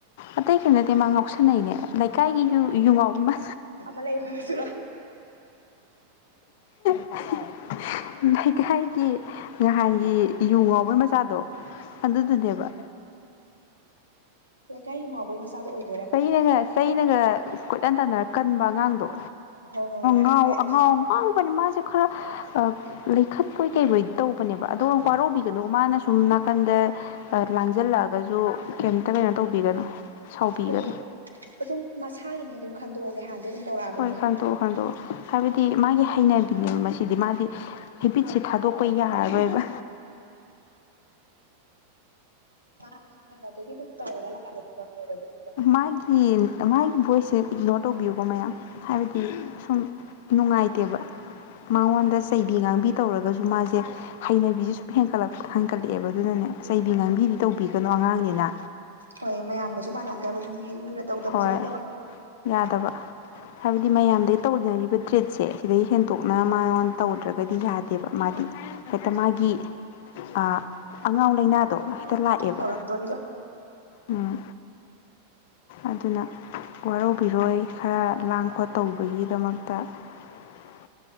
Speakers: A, on the left; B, on the right.
A: ꯑꯇꯩꯒꯤ ꯅꯠꯇꯦ ꯃꯥ ꯉꯥꯎꯁꯟꯅꯩꯅꯦ ꯂꯩꯀꯥꯏꯒꯤ ꯌꯨ ꯌꯨꯉꯎꯕ
B: ꯑꯃꯥ ꯂꯩꯕꯗꯨꯁꯨ
A: <inaudible> ꯂꯩꯀꯥꯏꯒꯤ ꯅꯍꯥꯟꯒꯤ ꯌꯨ ꯉꯥꯎꯕꯩ ꯃꯆꯥꯗꯣ ꯑꯗꯨꯗꯨꯅꯦꯕ
B: ꯂꯩꯀꯥꯏ ꯌꯨ ꯉꯎꯕꯩ ꯃꯆꯥꯗꯣ ꯑꯣꯏ
A: ꯆꯩꯅꯒ ꯆꯩꯅꯒ ꯀꯣꯏꯇꯥꯟ ꯇꯥꯟꯅꯔ ꯀꯟꯕ ꯑꯉꯥꯡꯗꯣ
B: ꯍꯣꯏ ꯍꯣꯏ
A: ꯉꯥꯎ
B: ꯍꯣꯏ
A: ꯑꯉꯥꯎ ꯉꯥꯎꯕꯅꯤ ꯃꯥꯁꯦ ꯈꯔ ꯂꯩꯈꯠꯄꯣꯏ ꯀꯩꯕꯣꯏꯗꯤ ꯇꯧꯕꯅꯦꯕ ꯑꯗꯣ ꯋꯥꯔꯧꯕꯤꯒꯅꯨ ꯃꯥꯅ ꯁꯨꯝ ꯅꯥꯀꯟꯗ ꯂꯥꯡꯁꯤꯜꯂꯛꯑꯒꯁꯨ ꯀꯩꯌꯦꯝꯇ ꯀꯩꯅꯣ ꯇꯧꯕꯤꯒꯅꯨ ꯁꯥꯎꯕꯤꯒꯅꯨ
B: ꯍꯣꯏ ꯑꯗꯨꯝ ꯃꯁꯥꯒꯤꯅꯦ ꯑꯗꯨꯝ ꯈꯟꯗꯣꯛꯑꯒꯦ ꯍꯥꯟꯗꯩꯩ ꯑꯗꯨꯝ ꯇꯧꯔꯛꯑꯕꯅꯤꯅ
A: ꯍꯣꯏ ꯈꯟꯇꯣꯛꯑꯣ ꯈꯟꯇꯣꯛꯑꯣ ꯍꯥꯏꯕꯗꯤ ꯃꯥꯒꯤ ꯍꯩꯅꯕꯤꯅꯦꯕ ꯃꯁꯤꯗꯤ ꯃꯥꯒꯤ ꯍꯦꯕꯤꯠꯁꯦ ꯊꯥꯗꯣꯛꯄ ꯌꯥꯔꯔꯣꯏꯕ
B: ꯃꯥ ꯍꯥꯟꯅꯗꯒꯤ ꯑꯗꯨꯝ ꯇꯧꯔꯒ ꯂꯥꯛꯑꯕ ꯊꯕꯛꯅꯦꯕ ꯑꯗꯨ ꯊꯕꯛꯇꯨ
A: ꯃꯥꯒꯤ ꯃꯥꯒꯤ ꯚꯣꯏꯁꯁꯦ ꯏꯛꯅꯣꯔ ꯇꯧꯕꯤꯌꯨꯕ ꯃꯌꯥꯝ ꯍꯥꯏꯕꯗꯤ ꯁꯨꯝ ꯅꯨꯡꯉꯥꯏꯇꯦꯕ ꯃꯉꯣꯟꯗ
B: ꯎꯝ
A: ꯆꯩꯕꯤ ꯉꯥꯡꯕꯤ ꯇꯧꯔꯒꯁꯨ ꯃꯥꯁꯦ ꯍꯩꯅꯕꯤꯁꯦ ꯁꯨꯝ ꯍꯦꯟꯀꯠꯂꯛꯄ ꯍꯦꯟꯀꯠꯂꯛꯑꯦꯕ ꯑꯗꯨꯅꯅꯦ ꯆꯩꯕꯤ ꯉꯥꯡꯕꯤꯗꯤ ꯇꯧꯕꯤꯒꯅꯣ ꯑꯉꯥꯡꯅꯤꯅ
B: ꯍꯣꯏ ꯃꯌꯥꯝꯒꯁꯨ ꯃꯥꯟꯅꯗꯕꯅꯤ ꯍꯦꯛ ꯂꯨꯅ ꯇꯧꯗꯕꯁꯨ
A: ꯍꯣꯏ
B: ꯌꯥꯗꯕ
A: ꯌꯥꯗꯕ ꯍꯥꯏꯕꯗꯤ ꯃꯌꯥꯝꯗꯒꯤ ꯇꯧꯅꯔꯤꯕ ꯇ꯭ꯔꯤꯠꯁꯦ ꯁꯤꯗꯩ ꯍꯦꯟꯇꯣꯛꯅ ꯃꯥꯉꯣꯟ ꯇꯧꯗ꯭ꯔꯒꯗꯤ ꯌꯥꯗꯦꯕ ꯃꯥꯗꯤ ꯍꯦꯛꯇ ꯃꯥꯒꯤ ꯑ ꯑꯉꯥꯎ ꯂꯩꯅꯥ ꯗꯣ ꯍꯦꯛꯇ ꯂꯥꯛꯑꯦꯕ
B: ꯍꯧꯔꯛꯇꯣꯔꯤꯕ
A: ꯎꯝ ꯑꯗꯨꯅ ꯋꯥꯔꯧꯕꯤꯔꯣꯏ ꯈꯔ ꯂꯥꯡ ꯈꯣꯠ ꯇꯧꯕꯒꯤꯗꯃꯛꯇ <unintelligible> <inaudible>